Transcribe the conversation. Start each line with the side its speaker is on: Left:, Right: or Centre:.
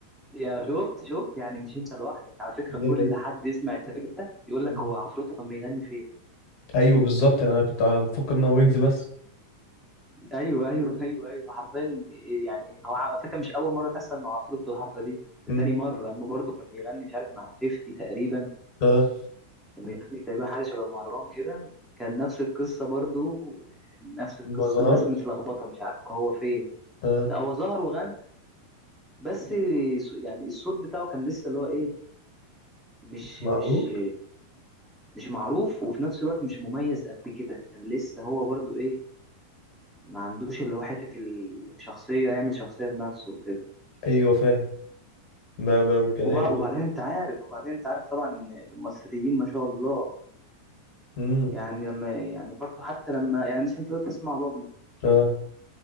Centre: يا شفت شفت يعني مش انت لوحدك على فكرة كل
Left: دي حقيقة
Centre: حد يسمع التراك ده يقول لك
Left: مم.
Centre: هو عفروتو كان بيغني فين
Left: ايوه بالظبط انا كنت بفكر ان هو ويجز بس
Centre: ايوه ايوه <laughs> ايوه ايوه حرفيا يعني هو على فكره مش اول مره تحصل مع عفروتو الحركه دي
Left: مم.
Centre: ده تاني مره اما برضه كان بيغني مش عارف مع 50 تقريبا
Left: اه
Centre: كان بيغني تقريبا حاجه شبه مهرجان كده كان نفس القصه برضه نفس القصه
Left: ما ظهر
Centre: الناس متلخبطه مش عارفه هو فين
Left: اه
Centre: لا هو ظهر وغنى بس ص- يعني الصوت بتاعه كان لسه اللي هو ايه مش
Left: معروف
Centre: مش مش معروف وفي نفس الوقت مش مميز قد كده كان لسه هو برضه ايه ما عندوش اللي هو حته الشخصيه يعمل شخصيه بنفسه وكده.
Left: ايوه فاهم ما ما كان
Centre: وبع-
Left: يعني
Centre: وبعدين
Left: ما
Centre: انت عارف وبعدين انت عارف طبعا المصريين ما شاء الله
Left: امم
Centre: يعني لما يعني برضو حتى لما يعني مثلا انت دلوقتي تسمع بابلو
Left: اه